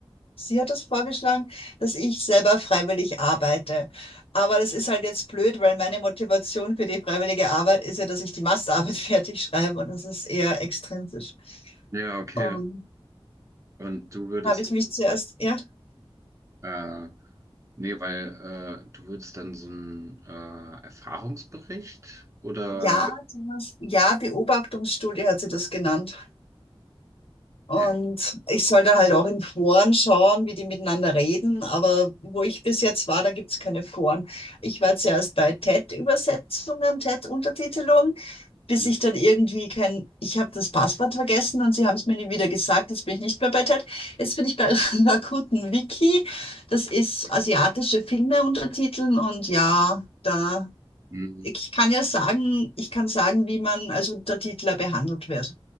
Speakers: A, on the left; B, on the right.
A: sie hat das vorgeschlagen, dass ich selber freiwillig arbeite. Aber das ist halt jetzt blöd, weil meine Motivation für die freiwillige Arbeit ist ja, dass ich die Masterarbeit <laughs> fertig schreibe und das ist eher extrinsisch.
B: ja, okay.
A: Und
B: Und du würdest,
A: habe ich mich zuerst, ja,
B: dann, äh, nee, weil äh, du würdest dann so einen äh, Erfahrungsbericht oder?
A: ja, sowas- ja, Beobachtungsstudie hat sie das genannt. Und
B: Okay.
A: ich sollte halt auch in Foren schauen, wie die miteinander reden. Aber wo ich bis jetzt war, da gibt's keine Foren. Ich war zuerst bei TED-Übersetzungen, TED-Untertitelung, bis
B: Mhm.
A: ich dann irgendwie kein, ich habe das Passwort vergessen und sie haben es mir nie wieder gesagt. Jetzt bin ich nicht mehr bei TED. Jetzt bin ich bei <laughs> Rakuten Wiki. Das ist
B: Ja.
A: asiatische Filme untertiteln und ja, da
B: Mhm.
A: ich kann ja sagen, ich kann sagen, wie man als Untertitler behandelt wird.